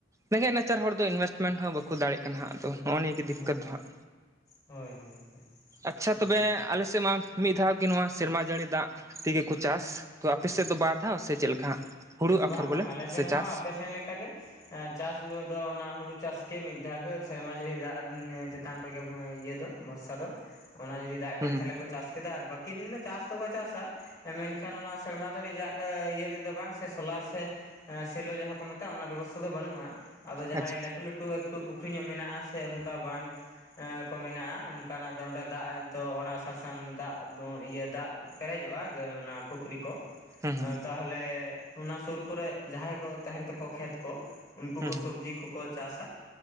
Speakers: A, on the right; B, on the left.
A: ᱨᱮᱸᱜᱮᱡ ᱱᱟᱪᱟᱨ ᱦᱚᱲ ᱫᱚ ᱤᱱᱵᱷᱮᱥᱢᱮᱱᱴ ᱦᱚᱸ ᱵᱟᱠᱩ ᱫᱟᱲᱮᱜ ᱠᱟᱱᱟ ᱦᱟᱸᱜ ᱟᱫᱚ ᱱᱚᱜᱼᱚ ᱱᱤᱭᱟᱹ ᱜᱮ
B: ᱦᱳᱭ
A: ᱫᱤᱠᱠᱚᱛ ᱫᱚ ᱦᱟᱸᱜ
B: ᱦᱳᱭ ᱦᱳᱭ ᱦᱳᱭ,
A: ᱟᱪᱪᱷᱟ
B: ᱚᱱᱟᱜᱮ
A: ᱛᱚᱵᱮ ᱟᱞᱮᱥᱮᱫ ᱢᱟ ᱢᱤᱫ ᱫᱷᱟᱣ ᱜᱮ ᱱᱚᱣᱟ ᱥᱮᱨᱢᱟ ᱡᱟᱹᱲᱤ ᱫᱟᱜ ᱛᱮᱜᱮ ᱠᱚ ᱪᱟᱥ ᱛᱚ ᱟᱯᱮ ᱥᱮᱫ ᱫᱚ ᱵᱟᱨ ᱫᱷᱟᱣ ᱥᱮ ᱪᱮᱫ ᱞᱮᱠᱟ ᱦᱟᱸᱜ? ᱦᱩᱲᱩ ᱟᱯᱷᱚᱨ
B: ᱵᱟᱝ
A: ᱵᱚᱞᱮ
B: ᱵᱟᱝ ᱟᱞᱮ ᱥᱮᱱ
A: ᱥᱮ
B: ᱦᱚᱸ
A: ᱪᱟᱥ
B: ᱟᱯᱮ ᱥᱮᱱ ᱞᱮᱠᱟ ᱜᱮ᱾ ᱪᱟᱥ ᱫᱚ ᱚᱱᱟ ᱦᱩᱲᱩ ᱪᱟᱥ ᱜᱮ ᱢᱤᱫ ᱫᱷᱟᱣ ᱜᱮ ᱥᱮᱨᱢᱟ ᱡᱟᱹᱲᱤ ᱫᱟᱜ ᱪᱮᱛᱟᱱ ᱪᱮᱛᱟᱱ ᱨᱮᱜᱮ ᱤᱭᱟᱹ ᱫᱚ ᱵᱷᱚᱨᱥᱟ ᱫᱚ ᱚᱱᱟ ᱡᱩᱫᱤ ᱫᱟᱜ ᱠᱮᱫᱟ
A: ᱦᱩᱸ ᱦᱩᱸ
B: ᱛᱟᱦᱞᱮ ᱠᱚ ᱪᱟᱥ ᱠᱮᱫᱟ ᱟᱨ ᱵᱟᱠᱤ ᱫᱤᱱ ᱫᱚ ᱪᱟᱥ ᱫᱚᱠᱚ ᱪᱟᱥᱟ ᱢᱮᱱᱠᱷᱟᱱ ᱚᱱᱟ ᱥᱮᱨᱢᱟ ᱡᱟᱹᱲᱤ ᱫᱟᱜ ᱤᱭᱟᱹ ᱛᱮᱫᱚ ᱵᱟᱝ ᱥᱮ ᱥᱳᱞᱟᱨ ᱥᱮ ᱥᱮᱞᱳ ᱡᱟᱦᱟᱸ ᱠᱚ ᱢᱮᱛᱟᱜᱼᱟ ᱚᱱᱟ ᱵᱮᱵᱚᱥᱛᱷᱟ ᱫᱚ ᱵᱟᱹᱱᱩᱜᱼᱟ ᱟᱫᱚ ᱡᱟᱦᱟᱸᱭ
A: ᱟᱪᱪᱷᱟ ᱟᱪᱪᱷᱟ
B: ᱞᱟᱹᱴᱩ ᱞᱟᱹᱴᱩ ᱮᱠᱴᱩ ᱮᱠᱴᱩ ᱯᱩᱠᱷᱨᱤ ᱧᱚᱜ ᱢᱮᱱᱟᱜᱼᱟ ᱥᱮ ᱚᱱᱠᱟ ᱵᱟᱸᱫᱷ <unintelligible> ᱠᱚ ᱢᱮᱱᱟᱜᱼᱟ ᱚᱱᱠᱟᱱᱟᱜ ᱫᱚ ᱚᱸᱰᱮ ᱫᱟᱜ ᱛᱚ ᱚᱱᱟ <unintelligible> ᱫᱟᱜ ᱫᱚ ᱤᱭᱟᱹ ᱫᱟᱜ ᱯᱮᱨᱮᱡᱚᱜᱼᱟ ᱟᱫᱚ ᱚᱱᱟ ᱯᱩᱠᱷᱨᱤ ᱠᱚ ᱾
A: ᱦᱩᱸ ᱦᱩᱸ
B: ᱛᱟᱦᱚᱞᱮ ᱚᱱᱟ ᱥᱩᱨ ᱠᱚᱨᱮᱜ ᱡᱟᱦᱟᱸᱭ ᱠᱚ ᱛᱟᱦᱮᱱ ᱛᱟᱠᱚᱣᱟ ᱠᱷᱮᱛ ᱠᱚ ᱩᱱᱠᱩ
A: ᱦᱩᱸ
B: ᱠᱚ
A: ᱦᱩᱸ
B: ᱥᱚᱵᱽᱡᱤ ᱠᱚᱠᱚ ᱪᱟᱥᱟ,